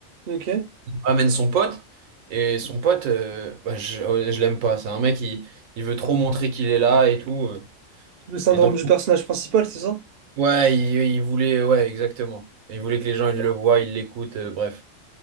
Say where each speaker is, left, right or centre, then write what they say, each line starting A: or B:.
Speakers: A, on the right; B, on the right.
A: Ok.
B: On ramène son pote, et son pote, euh, bah, je, euh, je l'aime pas. C'est un mec qui il, il veut trop montrer qu'il est là et tout. euh.
A: Le syndrome
B: Et donc,
A: du personnage principal, c'est ça?
B: ouais, il, il voulait, ouais, exactement. Il voulait que les gens ils le voient, ils l'écoutent, euh, bref.